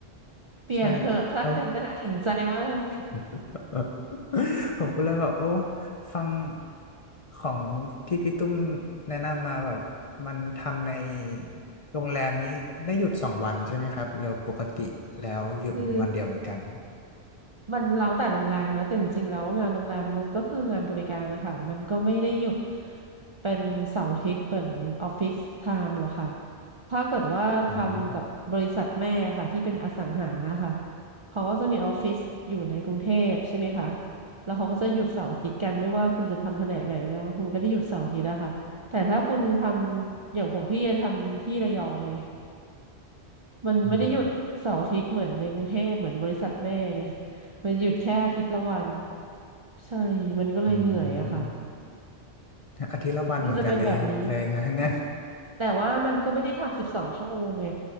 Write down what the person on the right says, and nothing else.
เปลี่ยนเถอะถ้างั้นน่ะเห็นใจมาก
คือ มันแล้วแต่โรงแรมนะแต่จริงๆแล้วงานโรงแรมมันก็คืองานบริการนะคะมันก็ไม่ได้หยุดเป็นเสาร์อาทิตย์เหมือนออฟฟิศไทม์หรอกค่ะถ้าเกิดว่าทำกับบริษัทแม่ค่ะที่เป็นอสังหาค่ะ
เขาก็จะมีออฟฟิศอยู่ในกรุงเทพใช่ไหมคะแล้วเขาก็จะหยุดเสาร์อาทิตย์กันไม่ว่าคุณจะทำแผนกไหนคุณก็ได้หยุดเสาร์อาทิตย์อะค่ะแต่ถ้าคุณทำอย่างของพี่ทำที่ระยองไง มันไม่ได้หยุดเสาร์อาทิตย์เหมือนในกรุงเทพเหมือนบริษัทแม่ไง
มันหยุดแค่อาทิตย์ละวันใช่มันก็เลยเหนื่อยอะค่ะ
ก็จะเป็นแบบนี้แต่ว่ามันก็ไม่ได้ทำสิบสองชั่วโมงไง